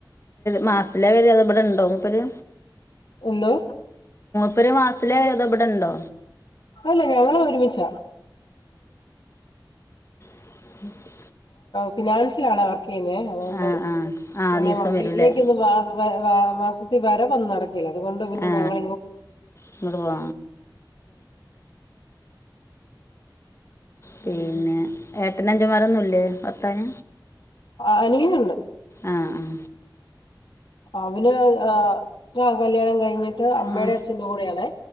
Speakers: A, on the left; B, on the left.
A: മാസതിലാ വര അതെവിടെ ഇണ്ടോ മൂപ്പര്
B: എന്തോ
A: പ്പര് മാസത്തില വര അതോ ഇപടണ്ടോ
B: അല്ല ഞങ്ങള ഒരുമിച്ചാ
A: ഉം
B: ഫിനാൻസൽ ആണ് വർ ക്കെയ്യന്നെ അതൊണ്ട്
A: ആ ആ ആ
B: പിന്നെ
A: ദിവസം വരൂല്ലേ
B: വീട്ടിലേക്ക്ന്ന് മാ മാ മാസത്തിൽ വര വന്ന് നട ക്കേല അതുകൊണ്ട് പിന്നെ
A: ആ
B: ഞങ്ങൾ
A: ഇങ്ങോട്ട് പോ പിന്നെ
B: ഉം
A: ഏട്ടന അഞ്ചമാരൊന്നുംല്ലേ പത്താഞ്ഞ
B: ആ അനിയനുണ്ട്
A: അ.. ആഹ്
B: അവനാകല്യാണം കഴിഞ്ഞിട്ട് അമ്മയുടെയും
A: ആ
B: അച്ഛന്റെയും കൂടെയാണേ.